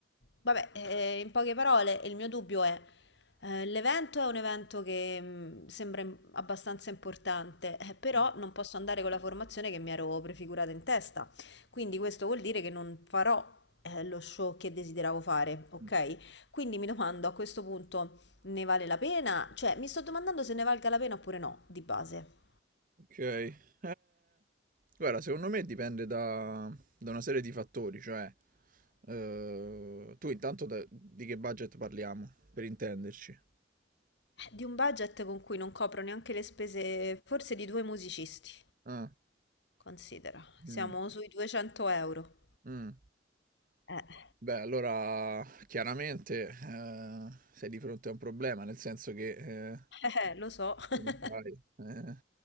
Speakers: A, on the left; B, on the right.
A: vabbè, eh, in poche parole, il mio dubbio è. Eh, L'evento è un evento che mh, sembra im- abbastanza importante, eh, però
B: mm.
A: non posso andare con la formazione che mi ero prefigurata in testa. Quindi questo vuol dire che non farò eh, lo show che desideravo fare, ok?
B: mm.
A: Quindi mi domando a questo punto ne vale la pena? Cioè, mi sto domandando se ne valga la pena oppure no, di base.
B: Ok, eh, guarda, secondo me dipende da, da una serie di fattori, cioè eh, tu intanto da- di che budget parliamo, per intenderci.
A: Eh, Di un budget con cui non copro neanche le spese, forse di due musicisti.
B: Ah,
A: Considera, siamo
B: mm,
A: sui 200 euro.
B: mm.
A: Eh,
B: Beh, allora chiaramente eh, sei di fronte a un problema, nel senso che eh,
A: <laughs> eh, lo so. <laughs>
B: come fai? Eh,